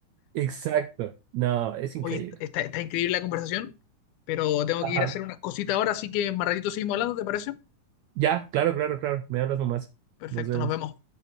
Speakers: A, on the right; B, on the left.
A: exacto, no, es increíble.
B: Oye, está, está increíble la conversación, pero tengo
A: Ajá.
B: que ir a hacer unas cositas ahora, así que más ratito seguimos hablando, ¿te parece?
A: Ya, claro, claro, claro, me hablas nomás,
B: Perfecto,
A: nos vemos.
B: nos vemos.